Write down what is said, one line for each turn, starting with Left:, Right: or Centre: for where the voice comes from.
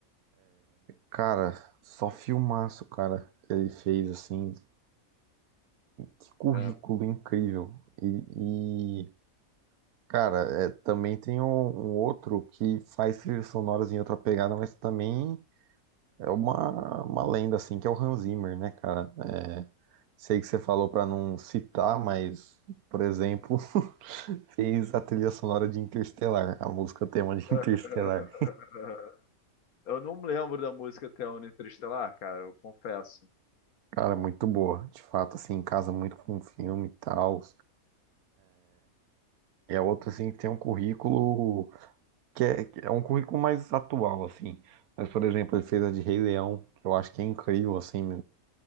Right: Cara, só filmaço, cara, que ele fez, assim. Que currículo
Left: É,
Right: incrível. E, e, cara, é, também tem um, um outro que faz trilhas sonoras em outra pegada, mas também é uma, uma lenda, assim, que é o Hans Zimmer, né, cara? É, sei que você falou pra não citar, mas, por exemplo, Fez a trilha sonora de Interstellar, a música tema de
Left: <laughs>
Right: <laughs> Interstellar.
Left: Eu não me lembro da música até o Interestelar, cara, eu confesso.
Right: Cara, muito boa. De fato, assim, casa muito com o filme e tal. É outro, assim, que tem um currículo que é, que é um currículo mais atual, assim. Mas, por exemplo, ele fez a de Rei Leão, que eu acho que é incrível, assim.